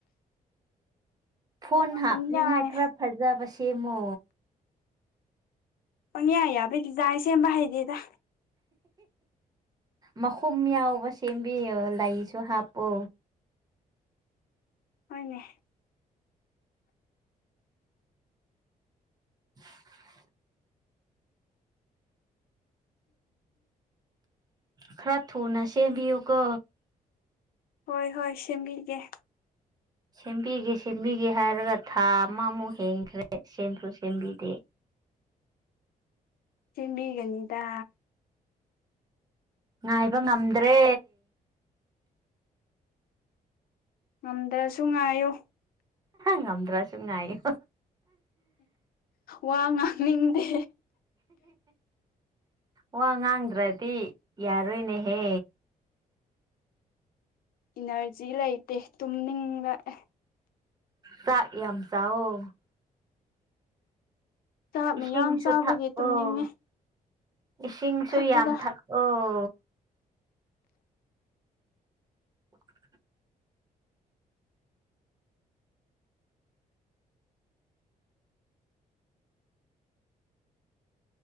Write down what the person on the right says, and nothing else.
ꯐꯣꯟ
ꯍꯥꯞꯅꯤꯡꯉꯥꯏ
ꯈꯔ ꯐꯖꯕ ꯁꯦꯝꯃꯣ
ꯃꯈꯨꯝ ꯌꯥꯎꯕ ꯁꯦꯝꯕꯤꯌꯣ ꯂꯩꯁꯨ ꯍꯥꯞꯄꯣ
<unintelligible> ꯈꯔ ꯊꯨꯅ ꯁꯦꯝꯕꯤꯌꯨꯀꯣ
ꯁꯦꯝꯕꯤꯒꯦ ꯁꯦꯝꯕꯤꯒꯦ ꯍꯥꯏꯔꯒ ꯊꯥ ꯑꯃꯃꯨꯛ ꯍꯦꯟꯈ꯭ꯔꯦ ꯁꯦꯝꯁꯨ ꯁꯦꯝꯕꯤꯗꯦ
ꯉꯥꯏꯕ ꯉꯝꯗ꯭ꯔꯦ
ꯉꯝꯗ꯭ꯔꯥꯁꯨ ꯉꯥꯌꯣ
ꯋꯥ ꯉꯥꯡꯗ꯭ꯔꯗꯤ ꯌꯥꯔꯣꯏꯅꯦꯍꯦ
ꯆꯥꯛ ꯌꯥꯝ ꯆꯥꯎꯑꯣ
ꯏꯁꯤꯡꯁꯨ
ꯊꯛꯑꯣ
ꯏꯁꯤꯡꯁꯨ
ꯌꯥꯝ ꯊꯛꯑꯣ <unintelligible>